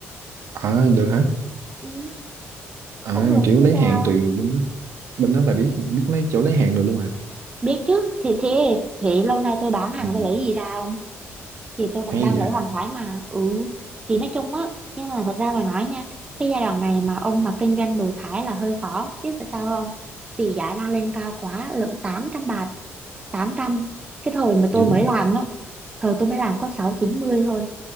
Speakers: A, on the right; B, on the right.
A: à được hả
B: ừ
A: à,
B: cũng được
A: kiểu
B: chứ
A: lấy
B: sao
A: hàng từ bên đó. bên đó bà biết biết lấy chỗ lấy hàng được luôn hả
B: biết chứ thì thế thì lâu nay tôi bán hàng
A: ừ,
B: tôi lấy gì ra không thì tôi cũng
A: hay
B: đang lấy
A: vậy
B: hàng Thái mà ừ thì nói chung á nhưng mà thật ra mà nói nha cái giai đoạn này mà ông mà kinh doanh đồ Thái là hơi khó biết tại sao không vì giá đang lên cao quá lận 800 bạc tám trăm cái thời mà tôi
A: dữ
B: mới
A: vậy.
B: làm á thời tôi mới làm có sáu chín mươi thôi